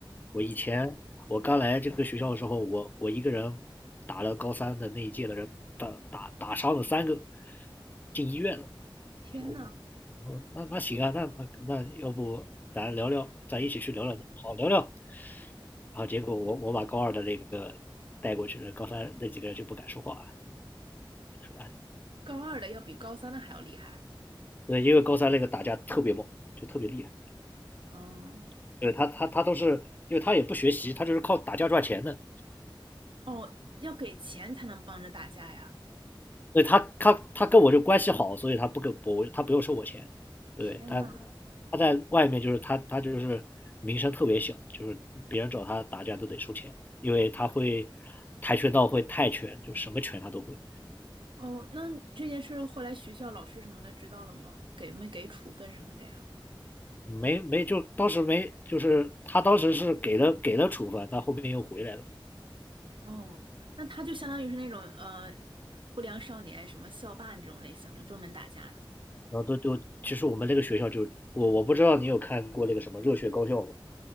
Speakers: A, on the left; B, on the right.
A: 我以前我刚来这个学校的时候，我我一个人打了高三的那一届的人，打打打伤了三个，进医院了。
B: 天呐！
A: 我说哦我哦，那那行啊，那那那要不咱聊聊，咱一起去聊聊，好聊聊。然后结果我我把高二的那个带过去了，高三那几个人就不敢说话了，说啊，
B: 高二的要比高三的还要厉害
A: 对，因为高三那个打架特别猛，就特别厉害。
B: 哦，
A: 对他他他都是，因为他也不学习，他就是靠打架赚钱的。
B: 哦，要给钱才能帮着打架呀！
A: 对他他他跟我就关系好，所以他不给我，他不用收我钱。对，
B: 天呐，
A: 但他在外面就是他他就是名声特别小，就是别人找他打架都得收钱，因为他会跆拳道，会泰拳，就什么拳他都会。
B: 哦，那这件事后来学校老师什么的知道了吗？给没给处分什么的呀？
A: 没没就当时没就是他当时是给了给了处分，但后面又回来了嘛。
B: 哦，那他就相当于是那种呃不良少年，什么校霸那种类型的，专门打架的。
A: 然后都就其实我们那个学校就我我不知道你有看过那个什么《热血高校》吗？